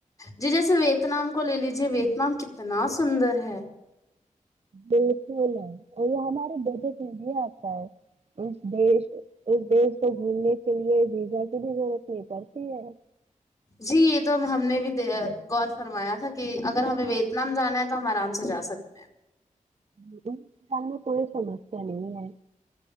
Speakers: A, on the left (about 25°); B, on the right (about 50°).
A: جی جیسے ویت نام کو لے لیجے ویت نام کتنا سندر ہے
B: بالکل ہے اور وہ ہمارے بجٹ میں بھی آتا ہے اس دیش اس دیش کو گھومنے کے لیے ویزا کی بھی ضرورت نہیں پڑتی ہے
A: جی یہ تو ہم نے بھی غور فرمایا تھا کہ اگر ہمیں ویت نام جانا ہے تو ہم آرام سے جا سکتے ہیں
B: ان تو گ میں تھوڑی سمسیا نہیں ہے